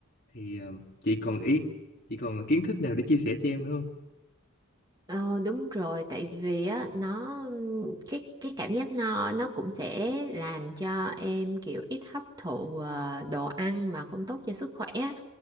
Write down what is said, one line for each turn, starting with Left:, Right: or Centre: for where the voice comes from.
Left: thì ờ, chị còn ý chị còn kiến thức nào để chia sẻ cho em nữa không
Right: Ờ, đúng rồi tại vì á nó cái cái cảm giác no nó cũng sẽ làm cho em kiểu ít hấp thụ ờ, đồ ăn mà không tốt cho sức khỏe á.